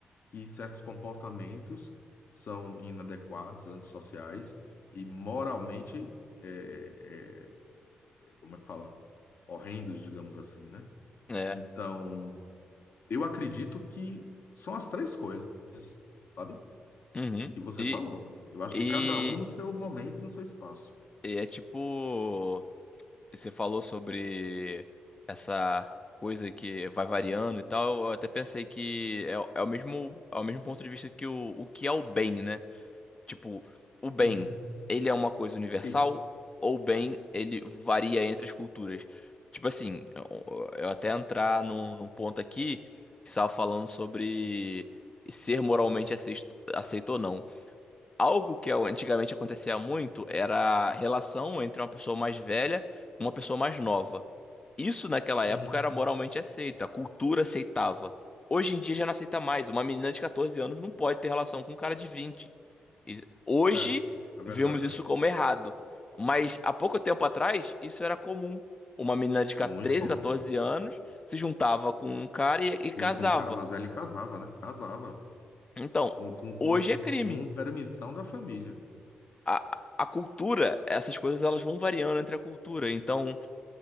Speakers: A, on the left; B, on the left.
A: e certos comportamentos são inadequados, antissociais e moralmente, é, é, como é que fala? Horrendos, digamos assim, né?
B: é.
A: Então, eu acredito que são as três coisas, sabe?
B: Uhum.
A: Que você
B: E,
A: falou. Eu acho
B: e,
A: que cada um no seu momento e no seu espaço.
B: e é tipo, você falou sobre essa coisa que vai variando e tal. Eu até pensei que é, o- é o mesmo, é o mesmo ponto de vista que o, o que é o bem, né? Tipo, o bem,
A: Uhum,
B: ele é uma coisa universal
A: sim.
B: ou o bem, ele varia entre as culturas? Tipo assim, eu, eu até entrar num, num ponto aqui que estava falando sobre ser moralmente aceito, aceito ou não. Algo que antigamente acontecia muito era a relação entre uma pessoa mais velha com uma pessoa mais nova. Isso naquela
A: Uhum,
B: época era moralmente aceito, a cultura aceitava. Hoje em dia já não aceita mais. Uma menina de 14 anos não pode ter relação com um cara de vinte E hoje
A: é, é verdade.
B: vemos isso como errado. Mas há pouco tempo atrás, isso era comum. Uma menina de
A: Muito
B: 13,
A: comum.
B: 14 anos se juntava com um cara e, e casava.
A: Com, com o cara mais velho ele casava, né? Casava.
B: Então,
A: Com, com, com,
B: hoje é crime.
A: com permissão da família.
B: a, a cultura, essas coisas elas vão variando entre a cultura. Então,